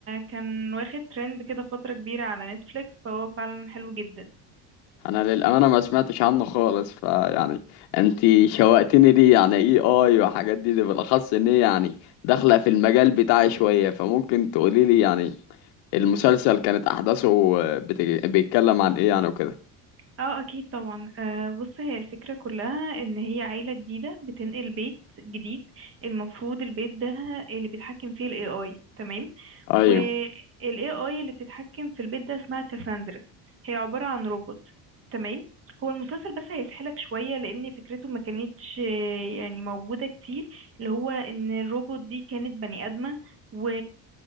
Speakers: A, on the right; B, on the left.
A: كان واخد ترند كده فترة كبيرة على نتفليكس فهو فعلا حلو جدا
B: انا للامانه ما سمعتش عنه خالص فيعني انت شوقتني ليه يعني اي اي وحاجات دي, دي بالاخص ان هي يعني داخله في المجال بتاعي شويه فممكن تقولي لي يعني المسلسل كانت احداثه بتج... بيتكلم عن ايه يعني وكده
A: اه اكيد طبعا آه، بص هي الفكرة كلها ان هي عيلة جديدة بتنقل بيت جديد المفروض البيت ده اللي بيتحكم فيه الاي اي تمام
B: ايوه
A: والاي اي اللي بتتحكم في البيت ده اسمها كاساندرا هي عبارة عن روبوت تمام هو المسلسل بس هيسحلك شوية لأن فكرته ما كانتش آه، يعني موجودة كتير اللي هو إن الروبوت دي كانت بني آدمة و...